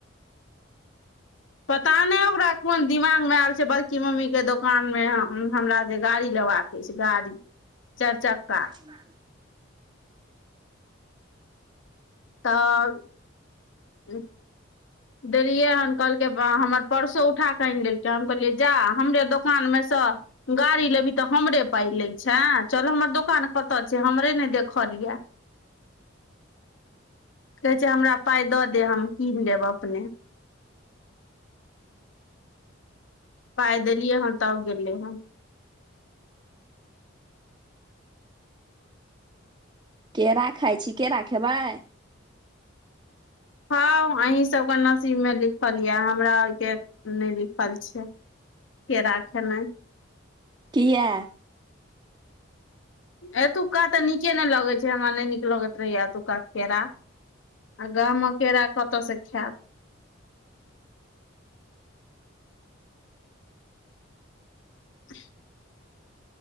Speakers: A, on the left; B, on the right.
A: पता नइ ओकरा कोन दिमाग मे आबै छै बड़की मम्मी केँ दोकान मे हम - हमरा जे गाड़ी लेबाक अछि गाड़ी चाइर चक्का
B: हँ
A: तऽ हुँ देलियै हन कहलकै बा हमर परसो उठा कऽ आइन लेलकै हम कहलियै जा हमरे दोकान मऽ सँ गाड़ी लेबही तऽ हमरे पाइ लै छेय चल हमर दोकान कतऽ छै हमरे नय देखल यऽ कहै छै हमरा पाइ दऽ देब हम कीन लेब अपने पाइ देलियै हँ तब गेलै हँ
B: केड़ा खाइ छी केड़ा खेबै
A: हँ आही सब कऽ नसीब मे लिखल यऽ हमरा आर केँ नय लिखल छै केरा खेनाय
B: किया
A: एतुका त निके ने लगे छै हमरा नहि नीक लगैत रहैय एतुका केरा। आ गांमक केरा कतऽ से खायब <inaudible>